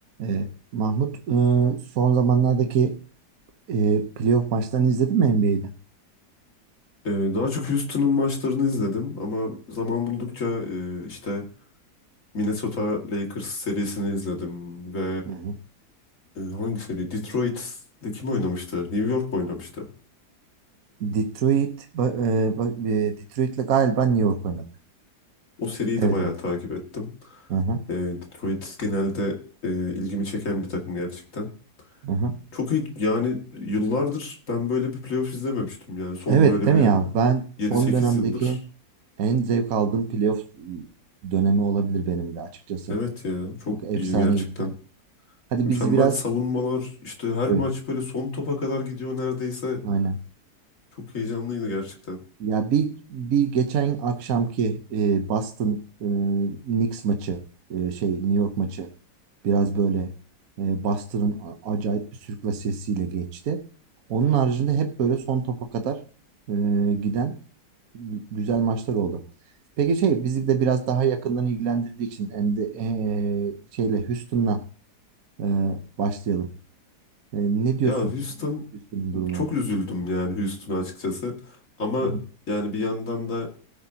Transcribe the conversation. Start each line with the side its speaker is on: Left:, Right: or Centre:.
Right: Ee, Mahmut, e, son zamanlardaki e, playoff maçlarını izledin mi NBA'de?
Left: Ee, daha çok Houston'un maçlarını izledim ama zaman buldukça e, işte Minnesota Lakers serisini izledim ve
Right: Hı hı.
Left: e, hangi seri? Detroit'le kim oynamıştı? New York mu oynamıştı?
Right: Detroit, ba- e, ba- e, Detroit'le galiba New York oynadı.
Left: O seriyi
Right: Evet
Left: de bayağı
Right: evet.
Left: takip ettim.
Right: Hı hı,
Left: Ee, Detroit genelde e, ilgimi çeken bir takım gerçekten.
Right: hı hı.
Left: Çok iyi yani yıllardır ben böyle bir playoff izlememiştim yani son
Right: Evet
Left: böyle
Right: değil
Left: bir
Right: mi ya? Ben son
Left: yedi sekiz
Right: dönemdeki
Left: yıldır.
Right: en zevk aldığım playoff dönemi olabilir benim de açıkçası.
Left: Evet ya çok
Right: Çok efsane
Left: iyi gerçekten.
Right: gitti. Hadi
Left: Mükemmel
Right: bizi biraz...
Left: savunmalar işte her
Right: Evet,
Left: maç böyle son topa kadar gidiyor neredeyse.
Right: aynen.
Left: Çok heyecanlıydı gerçekten.
Right: Ya bir bir geçen akşamki e, Boston e, Knicks maçı e, şey New York maçı biraz böyle e, Boston'ın a- acayip bir sürüklasesiyle geçti. Onun haricinde hep böyle son topa kadar e, giden gü- güzel maçlar oldu. Peki şey bizi de biraz daha yakından ilgilendirdiği için hem de e, E, şeyle Houston'la e, başlayalım. E, ne diyorsun
Left: Ya Houston
Right: Houston'ın durumuna?
Left: çok üzüldüm yani Houston'a açıkçası. Ama
Right: Hı hı.
Left: yani bir yandan da